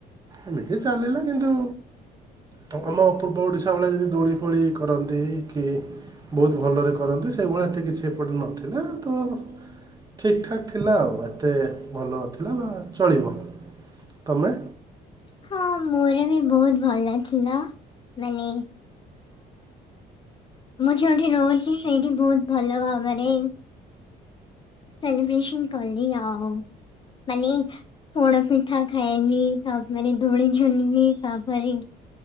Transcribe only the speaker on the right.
ଏମିତି ଚାଲିଲା କିନ୍ତୁ ତମ ପୂର୍ବ ଓଡ଼ିଶା ଭଳିଆ ଯଦି ଦୋଳି ଫୋଳି କରନ୍ତି କି। ବହୁତ ଭଲରେ କରନ୍ତି ସେଇଭଳିଆ ଏତେ କିଛି ଏପଟେ ନଥିଲା ତ ଠିକ୍ ଠାକ୍ ଥିଲା ଆଉ ଏତେ ଭଲ ନଥିଲା ବା ଚଳିବ, ତମେ